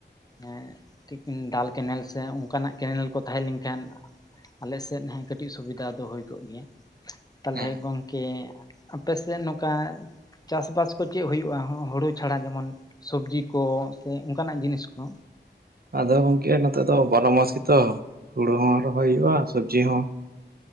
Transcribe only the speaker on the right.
ᱦᱮᱸ
ᱟᱫᱚ ᱜᱚᱝᱠᱮ ᱱᱚᱛᱮ ᱫᱚ ᱵᱟᱨᱚ ᱢᱟᱥ ᱜᱮᱛᱚ ᱦᱩᱲᱩ ᱦᱚᱸ ᱨᱚᱦᱚᱭ ᱦᱩᱭᱩᱜᱼᱟ ᱥᱚᱵᱽᱡᱤ ᱦᱚ